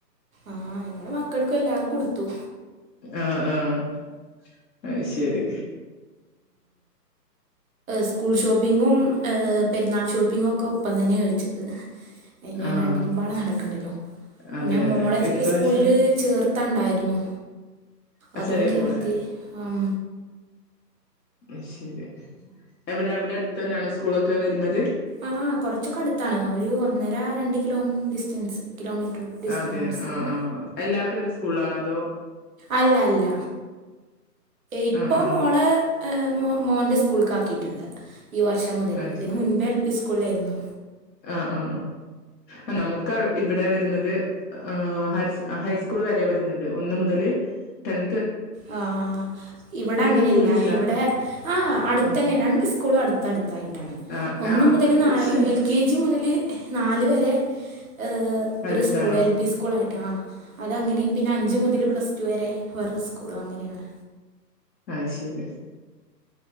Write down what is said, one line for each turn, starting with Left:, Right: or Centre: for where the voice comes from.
Right: ആഹ് ഞമ്മടെ മക്കൾക്കും എല്ലാർക്കും ഉടുത്തു
Left: ആഹ് ആഹ് അത് ശരി
Right: സ്കൂൾ ഷോപ്പിങ്ങും- ആഹ് പെരുന്നാൾ ഷോപ്പിങ്ങൊക്കെ ഒപ്പം തന്നെ കഴിച്ചത്- അയ്ന്
Left: ആഹ്
Right: രണ്ടിലുംമ്പാട നടക്കണ്ടല്ലോ
Left: അതെ
Right: പിന്നെ
Left: അതെ
Right: മോള ച്ച്
Left: ഇപ്രാവശ്യം
Right: സ്കൂളില് ചേർത്ത് ത്തണ്ടായിരുന്നു
Left: ആ
Right: അതും
Left: ചെറിയ
Right: ചേർത്തി
Left: മോളെ
Right: ആം
Left: അശെരി എവിടെ അവിടെ അടുത്തന്നാണോ സ്കൂളൊക്കെ വരുന്നത്
Right: ആഹ് കൊറച്ചൊക്കടുത്താണ് ഒരു ഒന്നര രണ്ട് കിലോം ഡിസ്റ്റൻസ് കിലോമീറ്റർ ഡിസ്റ്റൻസ്
Left: അതെ ആഹ്
Right: ഉണ്ട്
Left: ആഹ് എല്ലാവരും ഒരു സ്കൂള്ലാണോ അതോ
Right: അല്ല അല്ല ഇപ്പൊ
Left: ആ ആ
Right: മോള് ഏഹ് മോ മോൻ്റെ സ്കൂൾക്കാക്കിട്ട്ണ്ട് ഈ വർഷം മുതൽ
Left: അത്
Right: ഇതിന്
Left: ശരി
Right: മുൻപേ എൽ പി സ്കൂളിലായിരുന്നു
Left: ആ ആ ആ നമുക്ക് ഇവിടെ വരുന്നത് ആ ഹൈസ്കൂൾ വരെ വരുന്നുണ്ട് ഒന്ന് മുതൽ ടെൺ
Right: ആ ഇവിടെ അങ്ങനെ
Left: ദൂരവും
Right: അല്ല
Left: ഇല്ല
Right: ഇവിടെ ആ അടുത്തന്നെ
Left: ഉം.
Right: രണ്ട് സ്കൂളും അടുത്തടുത്തയിട്ടാണ്
Left: ആ
Right: ഒന്നുമുതൽ
Left: ആ അതുകൊണ്ട്
Right: നാല്
Left: വിഷ
Right: എൽകെജി മുതൽ നാല് വരെ ഏഹ് ഒരു
Left: അടുത്താണോ
Right: സ്കൂൾ എൽ പി സ്കൂൾ ആയി ആ അതങ്ങനെയും പിന്നെ അഞ്ച്മുതൽ പ്ലസ്ടു വരെ വേറെ സ്കൂളും സ്കൂള് അങ്ങനെയാണ്
Left: ആഹ് ശരി